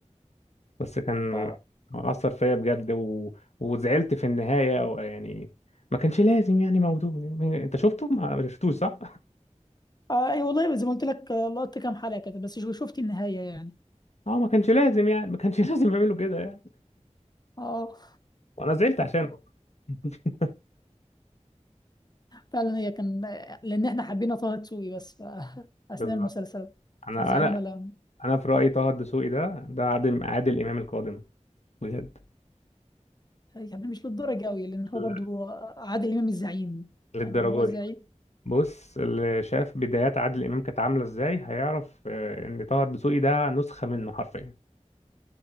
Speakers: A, on the left; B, on the left.
A: بس كان
B: ف
A: أثر فيا بجد و... وزعلت في النهاية يعني ما كانش لازم يعني موضوع انت شفته ما شفتوش صح
B: آه أي والله زي ما قلت لك آه، لقطت كام حلقة كده بس شو- شفت النهاية يعني
A: اه ما كانش لازم يعني ما كانش <laughs> لازم يعملوا كده يعني
B: اه
A: وانا زعلت عشانه <laughs>
B: فعلا هي كان لأن احنا حبينا طه دسوقي بس ف- <laughs> أثناء
A: بالظبط
B: المسلسل
A: انا
B: فزعلنا
A: انا
B: لما
A: انا في رايي طه الدسوقي ده ده عادل عادل امام القادم بجد
B: يعني مش للدرجة قوي لأن هو
A: لا.
B: برضو عادل إمام الزعيم
A: للدرجه
B: يعني هو زعيم
A: دي بص اللي شاف بدايات عادل امام كانت عامله ازاي هيعرف آه، ان طه الدسوقي ده نسخه منه حرفيا